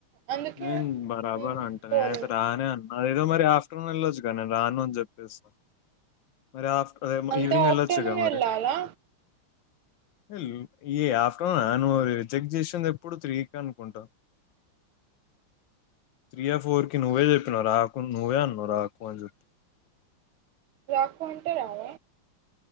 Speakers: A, on the right; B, on the left.
A: అందుకే
B: నేను బరాబర్
A: నేను
B: అంట
A: పోలేదు
B: నే ఐతే రానే అన్నా ఎందుకు మరీ ఆ ఫ్టర్నూన్ వెళ్ళొచ్చు గా రాను అని చెప్పేస్త మరి ఆఫ్
A: అంత
B: ఈవినింగ్
A: ఆఫ్టర్నూన్
B: ఎళ్ళొచ్చు గా మరి
A: వెళ్ళాలా
B: వెళ్ళు ఈ ఆఫ్టర్నూనా నువ్వు రిజెక్ట్ చేసింది ఎప్పుడు త్రీకీ అనుకుంటా త్రీయా, ఫోర్ కి నువ్వే చెప్పినవ్ రాకు నువ్వే అన్నావు రాకు అని చెప్పి.
A: రాకుంటే రావ